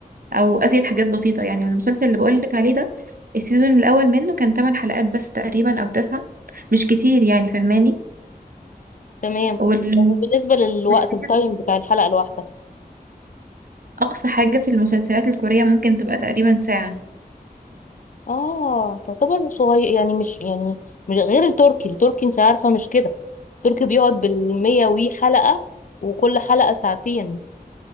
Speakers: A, on the right (about 60°); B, on the left (about 55°).
A: او ازيد حاجات بسيطة يعني المسلسل اللي بقولك عليه ده السيزون الاول منه كان تمن حلقات بس تقريبا او تسعة مش كتير يعني فهماني
B: تمام
A: وال...
B: طب وبالنسبة للوقت
A: والسيزون
B: التايم بتاع الحلقة الواحدة
A: اقصى حاجة في المسلسلات الكورية ممكن تبقى تقريبا ساعة
B: اه تعتبر صغير يعني مش يعني مش غير التركي التركي انت عارفة مش كده التركي بيقعد بالمية وي حلقة وكل حلقة ساعتين